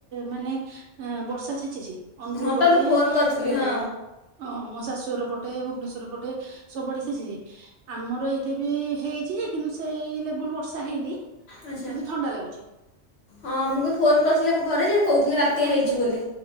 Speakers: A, on the right (about 70°); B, on the left (about 60°).
A: ମାନେ ବର୍ଷା ଛେଚିଛି। ଅନୁଗୁଳ
B: ହଁ ପା
A: ପଟେ
B: ମୁଁ ଫୋନ୍
A: ଅ
B: କରିଥିଲି ହଁ
A: ଓହ ମୋ ଶାଶୁର ପଟେ ଭୁବନେଶ୍ୱର ପଟେ ସବୁଆଡେ ଛିଞ୍ଚି ଆମର ଏଇଠି ବି ହେଇଛି ଯେ କିନ୍ତୁ ସେଇ ଲେବୁଲ ବର୍ଷା ହେଇନି
B: ଆଚ୍ଛା
A: କିନ୍ତୁ ଥଣ୍ଡା ଲାଗୁଛି।
B: ହଁ ମୁଁ ବି ଫୋନ୍ କରିଥିଲି ମୋ ଘରେ ଯେ କହୁଥିଲି ବାତ୍ୟା ହେଇଛି ବୋଲି